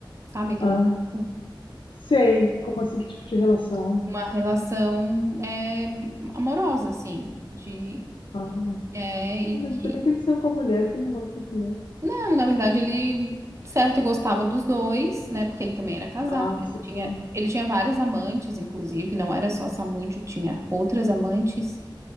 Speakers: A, on the right (about 35°); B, on the left (about 85°).
A: Sabe aquele
B: Ah,
A: macarrão?
B: sei. Como assim, que tipo de relação?
A: Uma relação é, amorosa, assim, de,
B: Ah,
A: é, e
B: tá, mas
A: que
B: por que que ele saiu com a mulher se ele não gosta de mulher?
A: Não, na verdade, ele, certo, gostava dos dois, né? Porque ele também era casado,
B: Ah,
A: ele
B: bissexual.
A: tinha, ele tinha várias amantes, inclusive, não era só essa amante, tinha outras amantes.